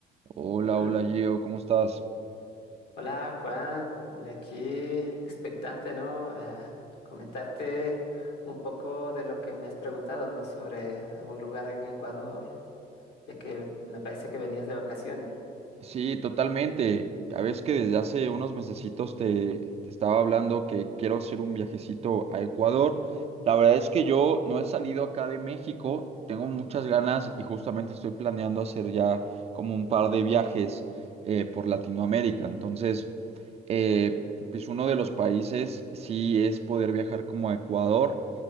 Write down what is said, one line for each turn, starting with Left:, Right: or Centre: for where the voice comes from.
Right: Hola,
Left: Hola,
Right: hola Gio, ¿cómo estás?
Left: hola, Juan, mira aquí expectante, ¿no? Eh, comentarte un poco de lo que me has preguntado, ¿no? Sobre algún lugar en Ecuador, ya que me parece que venías de vacaciones.
Right: Sí, totalmente. Ya ves que desde hace unos mesecitos te, te estaba hablando que quiero hacer un viajecito a Ecuador. La verdad es que yo no he salido acá de México, tengo muchas ganas y justamente estoy planeando hacer ya como un par de viajes eh, por Latinoamérica. Entonces, eh, pues uno de los países sí es poder viajar como a Ecuador.